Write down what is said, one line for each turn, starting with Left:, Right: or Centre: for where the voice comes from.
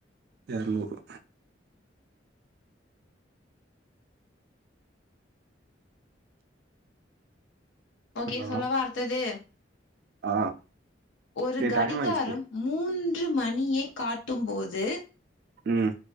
Right: எர்னூறு
Left: ஓகே
Right: ஹலோ!
Left: சொல்லவா அடுத்தது
Right: ஆ
Left: ஒரு
Right: டேய்
Left: கடிகாரம்
Right: டைம் ஆயிடுச்சு.
Left: மூன்று மணியைக் காட்டும்போது
Right: ம்